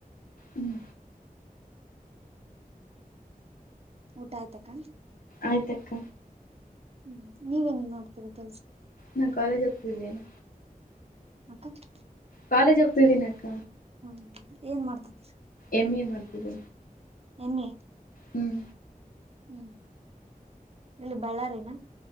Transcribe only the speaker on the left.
ಹ್ಮ್
ಆಯ್ತ ಅಕ್ಕ
ನಾನು ಕಾಲೇಜ್ ಹತಿದ್ದೀನಿ
ಕಾಲೇಜ್ ಹೋಗ್ತಿದ್ದೀನ ಅಕ್ಕ
ಎಮ್ ಎ ಮಾಡ್ತಿದ್ದ
ಹ್ಮ್